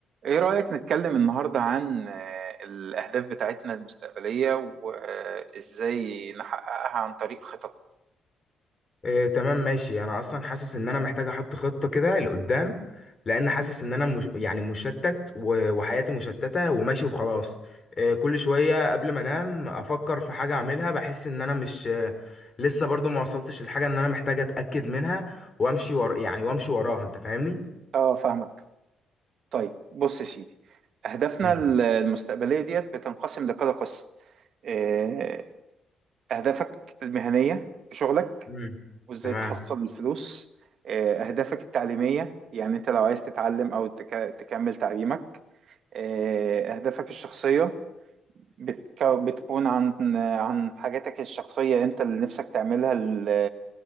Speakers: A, on the right; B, on the left.
A: ايه رأيك نتكلم النهاردة عن آه، الأهداف بتاعتنا المستقبلية وإزاي نحققها عن طريق خطط
B: إيه تمام ماشي انا اصلا حاسس ان انا محتاج احط خطة كده لقدام لان حاسس ان انا مش يعني مشتت و- وحياتي مشتتة وماشي وخلاص إيه كل شوية قبل ما انام افكر في حاجة اعملها بحس ان انا مش لسه برضو ما وصلتش للحاجة ان انا محتاج اتأكد منها وامشي ورا يعني وامشي وراها انت فاهمني
A: اه فاهمك طيب بص يا سيدي أهدافنا
B: مم.
A: ال- المستقبلية ديت بتنقسم لكذا قسم آه، أهدافك المهنية في شغلك
B: مم.
A: وإزاي
B: تمام
A: تحصل الفلوس آه، أهدافك التعليمية يعني أنت لو عايز تتعلم أو تك- تكمل تعليمك آه، أهدافك الشخصية بتكو بتكون عن عن حاجاتك الشخصية انت اللي نفسك تعملها ال-